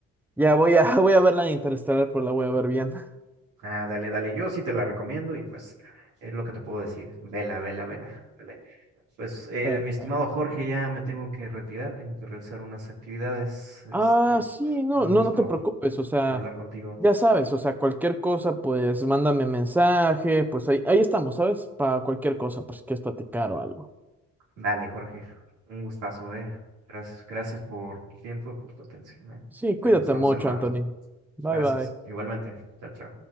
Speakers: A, in the centre; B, on the right.
A: Ya voy a, <laughs> voy a ver la de Interestelar, pero la voy a ver bien. <laughs>
B: ah, dale, dale, yo sí te la recomiendo y pues es lo que te puedo decir. Vela, vela, vela, vela. Pues eh,
A: Bueno.
B: mi estimado Jorge, ya me tengo que retirar, tengo que realizar unas actividades.
A: Ah,
B: Este,
A: sí,
B: pues,
A: no,
B: un
A: no,
B: gusto
A: no te preocupes, o sea,
B: hablar contigo.
A: ya sabes, o sea, cualquier cosa, pues mándame mensaje, pues ahí, ahí estamos, ¿sabes? Para cualquier cosa, pues si quieres platicar o algo.
B: Dale, Jorge, un gustazo, eh. Gracias, gracias por tu tiempo y por tu atención, eh.
A: Sí, cuídate
B: Ahí nos estamos
A: mucho,
B: saludando.
A: Anthony. Bye,
B: Gracias.
A: bye.
B: Igualmente. Chao, chao.